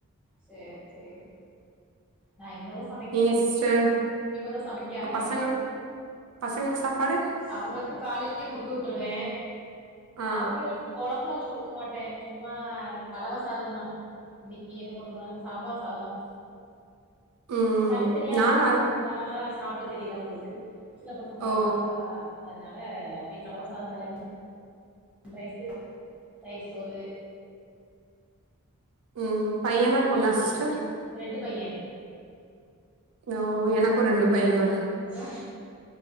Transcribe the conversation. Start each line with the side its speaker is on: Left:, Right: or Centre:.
Centre: சேர் சேரி நான் இனிமேதா சமைக்க
Right: நீங்க
Centre: ஆரமிக்கணு
Right: சிஸ்டர்
Centre: இனிமேதா சமைக்கே ஆரமிக்கணு
Right: பசங்க பசங்களுக்கு சாப்பாடு
Centre: அவுங்களுக்கு காலைலே குடுத்து உட்ருவே
Right: ஆ
Centre: அவுங்கள்க் கொழம்புலா வச்சு குடுக்க மாட்டே சும்மா கலவ சாதந்தா இன்னைக்கு என்ன கொண்டு போனாங்க சாம்பார் சாதோ
Right: ம்
Centre: தனித்தனியா
Right: நானா
Centre: ஊத்தி குடுத் ஆ சாப்ட தெரியல அவுங்களுக்கு சின்ன பசங்களா
Right: ஓ
Centre: இருப்பாங்களா அதனால அப்டியே கலவ சாதம்தான் லெமன் ரைசு தயிர் சோறு
Right: ம் பையனா
Centre: இன்னைக்கி
Right: பொன்னா சிஸ்டர்
Centre: ரெண்டு பைய
Right: ஓ எனக்கு ரெண்டு பையன் தான்
Centre: ஆ